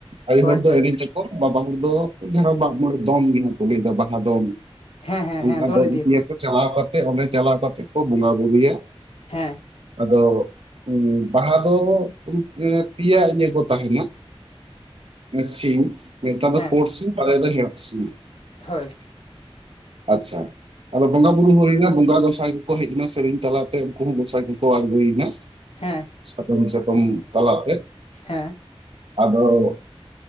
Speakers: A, on the right; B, on the left.
A: ᱟᱭᱚ
B: ᱚ ᱟᱪᱪᱷᱟ
A: ᱦᱚᱲ ᱫᱚ ᱮᱼᱼ ᱠᱚ ᱵᱟᱵᱟ ᱦᱚᱲ ᱫᱚ ᱡᱟᱦᱟᱸ ᱢᱟᱜ ᱢᱚᱬᱮ ᱫᱚᱱ ᱜᱮ ᱠᱚ ᱞᱟᱹᱭᱫᱟ ᱵᱟᱦᱟ ᱫᱚᱱᱼᱼ
B: ᱦᱮᱸ ᱦᱮᱸ
A: ᱚᱱᱠᱟ
B: ᱦᱮᱸ ᱫᱚᱱ
A: ᱫᱚ
B: ᱤᱫᱤᱭᱟᱠᱚ
A: ᱨᱩᱭᱟᱠᱚ ᱪᱟᱞᱟᱣ ᱠᱟᱛᱮ ᱚᱸᱰᱮ ᱪᱟᱞᱟᱣ ᱠᱟᱛᱮᱜ ᱠᱚ ᱵᱚᱸᱜᱟ ᱵᱩᱨᱩᱭᱟ
B: ᱦᱮᱸ
A: ᱟᱫᱚ ᱩᱸ ᱵᱟᱦᱟ ᱫᱚᱼᱼ ᱮᱸ ᱯᱮᱭᱟ ᱤᱭᱟᱹ ᱠᱚ ᱛᱟᱸᱦᱮᱱᱟ ᱮᱸ ᱥᱤᱢ ᱢᱤᱫᱴᱟᱱ ᱫᱚ
B: ᱦᱮᱸ
A: ᱯᱩᱲ ᱥᱤᱢ ᱵᱟᱨᱭᱟ ᱫᱚ ᱦᱮᱲᱟᱜ ᱥᱤᱢ
B: ᱦᱳᱭ
A: ᱟᱪᱪᱷᱟ ᱟᱫᱚ ᱵᱚᱸᱜᱟ ᱵᱩᱨᱩ ᱦᱩᱭᱱᱟ ᱵᱚᱸᱜᱟ ᱜᱚᱸᱥᱟᱭ ᱠᱚᱠᱚ ᱦᱮᱡ ᱮᱱᱟ ᱥᱮᱨᱮᱧ ᱛᱟᱞᱟᱛᱮ ᱩᱱᱠᱩ ᱦᱚᱸ ᱜᱚᱸᱥᱟᱭ ᱜᱮ ᱠᱚ ᱟᱸᱬᱜᱚᱭᱮᱱᱟ
B: ᱦᱮᱸ
A: ᱥᱟᱫᱚᱢ ᱪᱟᱛᱚᱢ ᱛᱟᱞᱟᱛᱮ
B: ᱦᱮᱸ
A: ᱟᱫᱚᱼᱼ